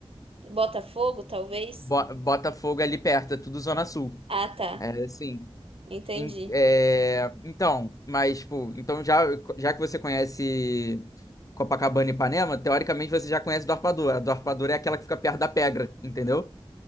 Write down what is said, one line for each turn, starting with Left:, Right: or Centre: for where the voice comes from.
Right: Botafogo, talvez.
Left: Bo- Botafogo é ali perto, é tudo Zona Sul.
Right: Ah, tá.
Left: É assim.
Right: Entendi.
Left: em- é, então, mas, tipo, então já, já que você conhece Copacabana e Ipanema, teoricamente você já conhece Dorpadura. A Dorpadura é aquela que fica perto da Pedra, entendeu?